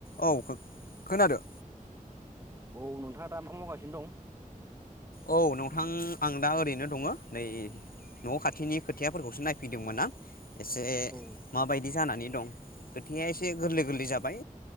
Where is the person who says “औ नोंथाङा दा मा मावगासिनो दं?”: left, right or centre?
Right